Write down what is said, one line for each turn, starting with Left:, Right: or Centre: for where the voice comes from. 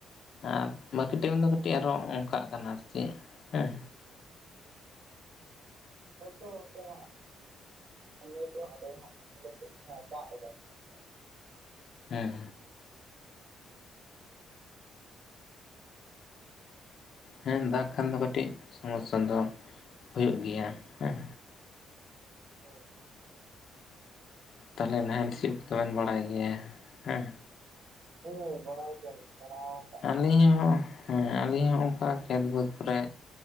Left: ᱟᱨ ᱵᱟᱠᱤ ᱴᱟᱭᱤᱢ ᱫᱚ ᱠᱟᱹᱴᱤᱡ ᱟᱨᱦᱚᱸ ᱚᱱᱠᱟᱜ ᱠᱟᱱᱟ ᱟᱨ ᱪᱮᱫ ᱦᱮᱸ
Right: ᱦᱳᱭ ᱛᱚ ᱜᱚᱝᱠᱮ ᱢᱟ ᱦᱟᱸᱜ ᱱᱤᱛᱚᱜ ᱱᱚᱰᱮ ᱦᱟᱸᱜ ᱟᱞᱮ ᱥᱮᱫ ᱢᱟᱭ ᱫᱟᱜ ᱮᱫᱟ ᱛᱟᱦᱮᱸ
Left: ᱦᱮᱸ ᱦᱮᱸ ᱫᱟᱜ ᱠᱷᱟᱱ ᱫᱚ ᱠᱟᱹᱴᱤᱡ ᱥᱚᱢᱚᱥᱥᱟ ᱫᱚ ᱦᱩᱭᱩᱜ ᱜᱮᱭᱟ ᱦᱮᱸ
Right: ᱦᱳᱭ
Left: ᱛᱟᱦᱚᱞᱮ ᱱᱟᱦᱮᱞ ᱥᱤᱭᱩᱜ ᱠᱚᱵᱮᱱ ᱵᱟᱲᱟᱭ ᱜᱮᱭᱟ ᱦᱮᱸ
Right: ᱦᱳᱭ ᱵᱟᱲᱟᱭ ᱜᱮᱭᱟ ᱞᱤᱧ ᱥᱮᱲᱟᱣ
Left: ᱟᱹᱞᱤᱧ ᱦᱚᱸ ᱦᱮᱸ ᱟᱹᱞᱤᱧ ᱦᱚᱸ ᱚᱱᱠᱟ ᱠᱷᱮᱛ ᱵᱟᱹᱫᱽ ᱠᱚᱨᱮ